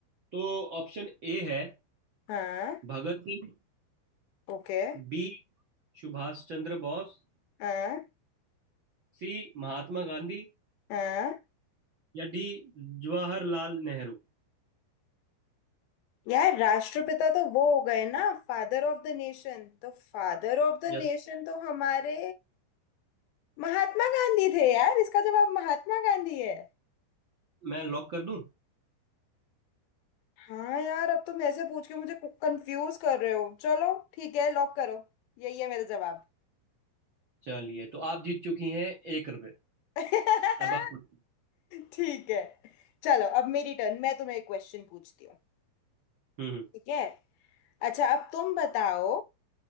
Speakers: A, on the right; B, on the left.
A: तो ऑप्शन ए है
B: हाँ
A: भगत सिंह
B: ओके
A: बी सुभाष चंद्र बोस
B: हाँ
A: सी महात्मा गांधी
B: हाँ
A: या डी जवाहरलाल नेहरू
B: यार राष्ट्रपिता तो वो हो गए ना फादर ऑफ द नेशन तो फादर ऑफ द
A: यस
B: नेशन तो हमारे महात्मा गांधी थे यार इसका जवाब महात्मा गांधी है
A: मैं लॉक कर दूं
B: हाँ यार अब तुम ऐसे पूछ के मुझे कंफ्यूज कर रहे हो चलो ठीक है लॉक करो यही है मेरा जवाब
A: चलिए तो आप जीत चुकी हैं एक रुपये
B: <laughs>
A: अब आप हम्म
B: ठीक है चलो अब मेरी टर्न मैं तुम्हें एक क्वेश्चन पूछती हूँ
A: हम्म,
B: ठीक है अच्छा अब तुम बताओ